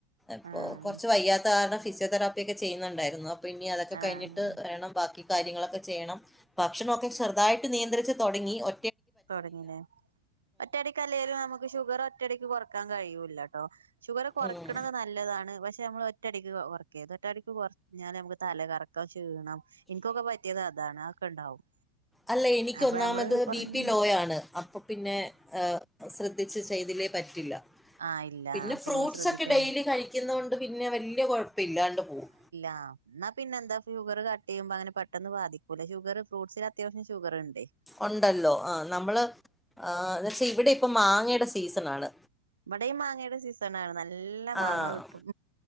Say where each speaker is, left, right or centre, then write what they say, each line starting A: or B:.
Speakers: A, in the centre; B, on the right.
A: ഇപ്പോ
B: ആഹ്
A: കൊർച്ച് വയ്യാത്ത കാരണം ഫിസിയോതെറാപ്പി ഒക്കെ ചെയ്യുന്നുണ്ടായിരുന്നു അപ്പൊ ഇനി അതൊക്കെ കഴിഞ്ഞിട്ട്
B: ആഹ്
A: വേണം ബാക്കി കാര്യങ്ങളൊക്കെ ചെയ്യണം ഭക്ഷണ ഒക്കെ ചെറുതായിട്ട് നിയന്ത്രിച്ചു തുടങ്ങി ഒ
B: തൊടങ്ങില്ലെ ഒറ്റടിക്ക് അല്ലേലും നമുക്ക് ഷുഗർ ഒറ്റടിക്ക് കൊറക്കാൻ കഴിയൂ ല്ലട്ടോ ഷുഗർ കുറക്ക്ണത്
A: ഉം
B: നല്ലതാണ് പക്ഷേ പക്ഷേ നമ്മൾ ഒറ്റടിക്ക് കുറക്കരുത് ഒറ്റടിക്ക് കുറഞ്ഞാ നമക്ക് തല കറക്കോ ക്ഷീണം ഇൻക്കൊക്കെ പറ്റിയത് അതാണ് അതൊക്കെ ഇണ്ടാവും
A: അല്ല എനിക്ക്
B: അപ്പൊ
A: ഒന്നാമത്
B: ഞമ്മള് പർഞ്ഞൊ
A: ബി പി ലോ ആണ് അപ്പൊ പിന്നെ ഹേ ശ്രദ്ധിച്ച് ചെയ്തില്ലേൽ പറ്റില്ല
B: ആഹ് ഇല്ല
A: പിന്നെ
B: അപ്പൊ
A: ഫ്രൂട്ട്സൊക്കെ
B: ശ്രദ്ധിക്കന്നെ
A: ഡെയിലി കഴിക്കുന്നതു കൊണ്ട് പിന്നെ വല്ല്യ കൊഴ്പ്പല്ലാണ്ട് പോകും
B: ആഹ് ന്നാ പിന്നെ എന്താ ഫ്യൂവറ് കട്ട് ചെയ്യുമ്പോ അങ്ങനെ പെ ട്ടെന്ന് ബാതിക്കൂല്ല ഷുഗറ് ഫ്രൂട്സിൽ അത്യാവശ്യം ഷുഗറുണ്ട്
A: ഉണ്ടല്ലോ ആ നമ്മള് ആഹ് എന്ന് വച്ചാ ഇവിടെ ഇപ്പം മാങ്ങയുടെ സീസണാണ്
B: ഇവടേം മാങ്ങേടെ സീസണാണ് നല്ല ല്ല മാങ്ങാ
A: ആഹ്
B: കിട്ടും.